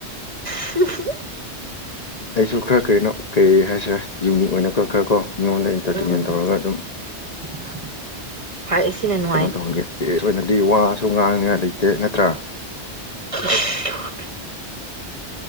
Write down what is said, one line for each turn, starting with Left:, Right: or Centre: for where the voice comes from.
Right: <inaudible>
Left: ꯑꯩꯁꯨ ꯈꯔ ꯀꯩꯅꯣ ꯀꯩ ꯍꯥꯏꯁꯤꯔꯦ ꯌꯨꯝꯅꯤꯛ ꯑꯣꯏꯅꯀꯣ ꯈꯔꯀꯣ ꯃꯤꯉꯣꯟꯗ ꯏꯟꯇꯔꯇꯦꯟꯃꯦꯟ
Right: ꯎꯝ
Left: ꯇꯧꯔꯒ ꯑꯗꯨꯝ
Right: <inaudible> ꯐꯥꯏꯁꯤꯅꯅꯣ
Left: ꯀꯩꯅꯣ ꯇꯧꯍꯟꯒꯦ <unintelligible> ꯅꯗꯤ ꯋꯥꯁꯨ ꯉꯥꯡꯅꯤꯡꯉꯥꯏ ꯂꯩꯇꯦ ꯅꯠꯇ꯭ꯔꯥ
Right: ꯍ